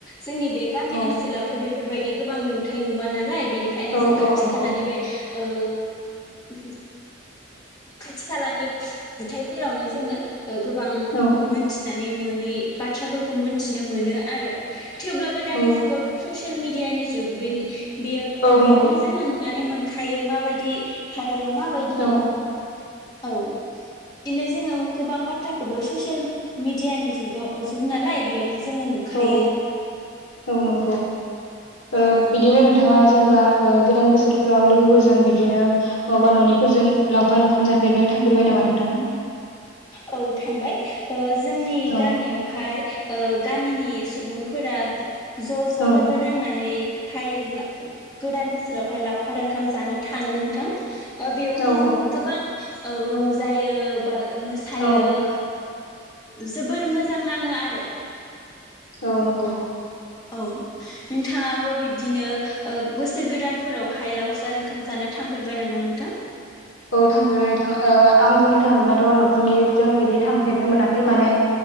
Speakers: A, on the left (about 20°); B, on the left (about 80°).
A: जोंनि बे गामि
B: औ
A: ओनसोलावथ' बेफोरबायद दि गोबां नुथाय नुवा नालाय बेनिखायनो
B: औ
A: जों खाथि
B: औ नंगौ
A: खालानि बे बि ओ ओ खाथि खालानि बुथयफोरावनो जोंङो गोबां
B: औ
A: मोनथिना नि मोनै बाथ्राफोरखौ मोनथिनो मोन आरो थेवब्लाबो दानि
B: औ
A: जुगावथ' स'स सेल मिडियानि जुग बेनि बेयो
B: औ
A: बेयावनो
B: नंगौ
A: जोङो नुनानै मोन खायो माबायदि हा दोरोमा माबायदि
B: औ
A: औ बिनो जोङो गोबां बाथ्राखौबो ससियेल मिडियानि जुगाव जुग नालाय बेयावनो जोङो नुखायो
B: औ औ नंगौ ओ
A: औ
B: बिदिनो नोंथाङा जेनेबा ओ गोदान बोसोरफोराव लोगोफोरजों बिदिनो नङाबा न'निफोरजों लावखार ओंखाम जाफेरनो थांफेरबाय नामा नोंथां
A: औ थांबाय ओ जोंनि
B: औ
A: गामियावहाय ओ गामिनि सुबुंफोरा ज' ज'
B: औ
A: लोगो नांनानै हाय ला गोदान बोसोरावहाय लावखार ओंखाम जानो थाङो नोंथां? ओ बेवहाय
B: औ
A: जों गोबां औ रंजायो बा थायो
B: औ
A: जोबोर मोजां नाङो आरो <inaudible>
B: औ नंगौ
A: औ नोंथांङाबो बिब्दिनो ओ बोसोर गोदानफोरावहाय लाव खार ओंखाम जानो थांफेरबाय नामा नों थां
B: औथांफेरबाय नोंथां आं बुंनो थाङोब्लाथ' न'खरनिजों बिदि थांफेरनो मोनाखै माने